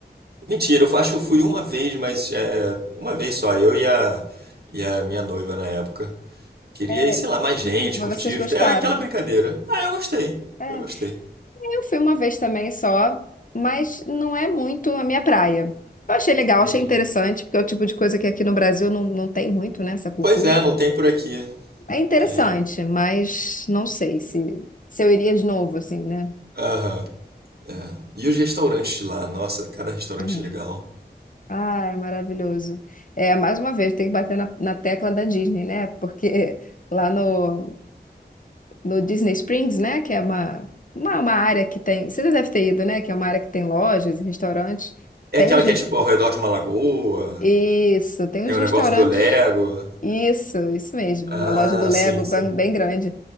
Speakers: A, on the right; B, on the left.
A: Mentira, eu acho que eu fui uma vez, mas é, uma vez só, eu e a, e a minha noiva na época. Queria
B: é,
A: ir, sei lá, mais gente,
B: mas
A: curtir,
B: vocês gostaram?
A: até aquela brincadeira. Ah, eu gostei,
B: É.
A: eu gostei.
B: Eu fui uma vez também só, mas não é muito a minha praia. Eu achei legal,
A: Entendi.
B: achei interessante, porque é o tipo de coisa que aqui no Brasil não, não tem muito, né, essa cultura.
A: Pois é, não tem por aqui.
B: É interessante,
A: Aí,
B: mas não sei se, se eu iria de novo, assim, né?
A: Aham. E os restaurantes de lá? Nossa, cada restaurante
B: É.
A: legal.
B: Ah, é maravilhoso. É, mais uma vez, tem que bater na, na tecla da Disney, né? Porque lá no, no Disney Springs, né, que é uma, uma, uma área que tem... Você deve ter ido, né? Que é uma área que tem lojas e restaurantes.
A: É
B: Tem
A: aquela
B: os,
A: que
B: res-
A: é tipo ao redor de uma lagoa,
B: Isso, tem
A: tem
B: uns
A: o
B: restaurantes.
A: negócio do Lego.
B: Isso, isso mesmo.
A: Ah,
B: Uma loja do Lego
A: sim,
B: bem,
A: sim.
B: bem grande.